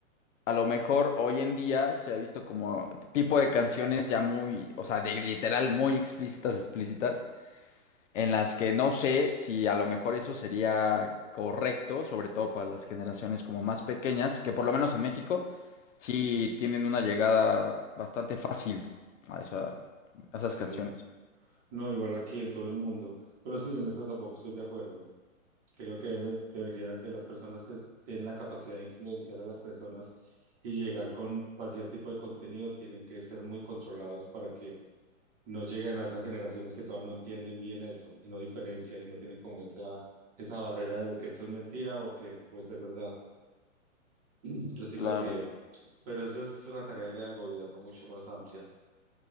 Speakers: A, on the left (about 65°); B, on the right (about 25°).
A: a lo mejor hoy en día se ha visto como tipo de canciones ya muy, o sea, de, literal muy explícitas, explícitas, en las que no sé si a lo mejor eso sería correcto, sobre todo para las generaciones como más pequeñas, que por lo menos en México sí tienen una llegada bastante fácil a esa- a
B: sí.
A: esas canciones.
B: No, igual aquí en todo el mundo. Pero sí, en eso tampoco estoy de acuerdo. Creo que debería de las personas que tienen la capacidad de influenciar a las personas y llegar con cualquier tipo de contenido, tienen que ser muy controlados para que no lleguen a esas generaciones que todavía no entienden bien eso y no diferencian y no tienen como esa, esa barrera de que esto es mentira o que esto puede ser verdad. Yo sí
A: Claro.
B: considero, pero eso es una tarea ya del gobierno mucho más amplia.